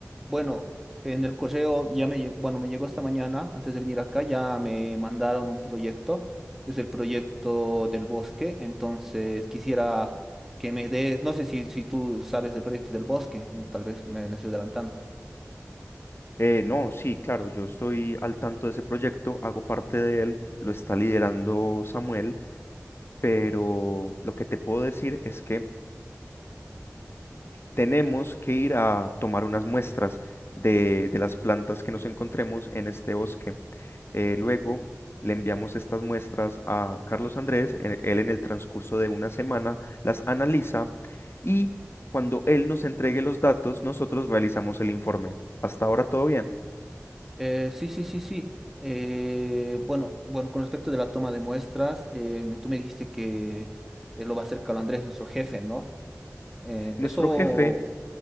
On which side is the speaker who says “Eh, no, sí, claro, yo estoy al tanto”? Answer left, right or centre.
Left